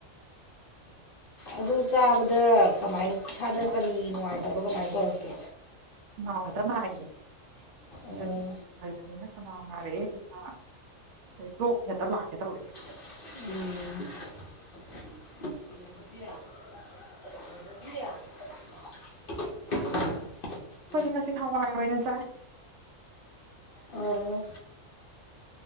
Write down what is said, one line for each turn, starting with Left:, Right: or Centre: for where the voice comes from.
Left: ꯑꯗꯨ ꯆꯥꯕꯗ ꯀꯃꯥꯏ ꯏꯁꯥꯗ ꯀꯔꯤ ꯅꯨꯡꯉꯥꯏꯇꯕ ꯀꯃꯥꯏꯅ ꯇꯧꯔꯛꯀꯦ
Right: <unintelligible> ꯅꯥꯌꯦ
Left: ꯑꯣ
Right: <unintelligible> ꯈꯅꯥꯎ ꯅꯥꯔꯛꯑꯦ ꯍꯦꯛꯇ ꯑꯗꯩ ꯂꯣꯛ ꯍꯦꯛꯇ ꯂꯥꯛꯀꯦ ꯇꯧꯔꯦ
Left: ꯎꯝ <unintelligible>
Right: ꯑꯩꯈꯣꯏꯗꯤ ꯉꯁꯤ ꯍꯋꯥꯏ ꯑꯣꯏꯅ ꯆꯥꯏ
Left: ꯑꯣ